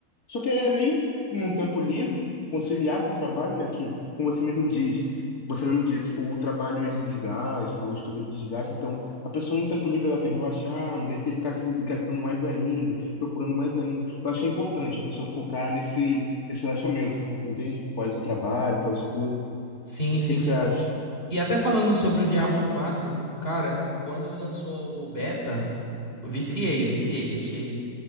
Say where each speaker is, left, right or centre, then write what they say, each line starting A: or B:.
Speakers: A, on the left; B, on the left.
A: só que é ali, num tempo livre, conciliar com o trabalho, né? Que, como você mesmo diz, você mesmo disse, o trabalho ele desgasta, o estudo ele desgasta. Então, a pessoa no tempo livre ela quer relaxar, não quer ter que ficar se desgastando mais ainda, procurando mais ainda. Eu acho que é importante a pessoa focar nesse, nesse relaxamento, né, entende? Pós o trabalho, pós o estudo. O
B: Sim, sim.
A: que que você acha?
B: E até falando sobre o Diablo quatro, cara, quando lançou o beta, viciei, viciei, achei,